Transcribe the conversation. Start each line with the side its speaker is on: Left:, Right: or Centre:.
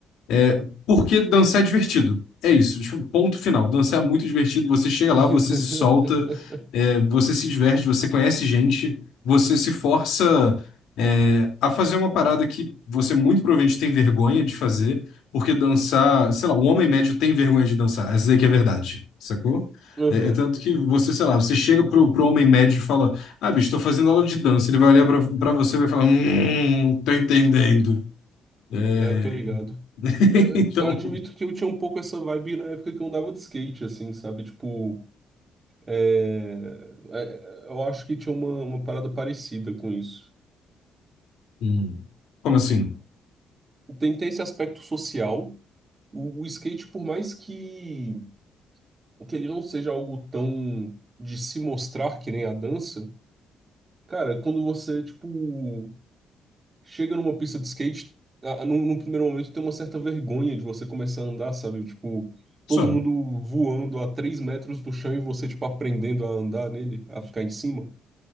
Left: É, Porque dançar é divertido. É isso, tipo, ponto final. Dançar é muito divertido. Você chega lá,
Right: <laughs>
Left: você se solta, é, você se diverte, você conhece gente, você se força, é, a fazer uma parada que você muito provavelmente tem vergonha de fazer, porque dançar, sei lá, o homem médio tem vergonha de dançar. Essa aí que é a verdade, sacou?
Right: Aham,
Left: É, é tanto que você, sei lá, você chega pro, pro homem médio e fala: Ah, bicho, tô fazendo aula de dança. Ele vai olhar pra, pra você e vai falar: Hum, tô entendendo. É,
Right: é, eu tô ligado.
Left: <laughs>
Right: Eu,
Left: Então,
Right: eu admito que eu tinha um pouco essa vibe na época que eu andava de skate, assim, sabe? Tipo, é, é, é, eu acho que tinha uma, uma parada parecida com isso.
Left: Hum. como assim?
Right: Tem, tem esse aspecto social. O, o skate, por mais que, que ele não seja algo tão de se mostrar que nem a dança, cara, quando você, tipo, chega numa pista de skate, a, a- num, num primeiro momento tem uma certa vergonha de você começar a andar, sabe? Tipo, todo
Left: Só.
Right: mundo voando a 3 metros do chão e você, tipo, aprendendo a andar nele, a ficar em cima.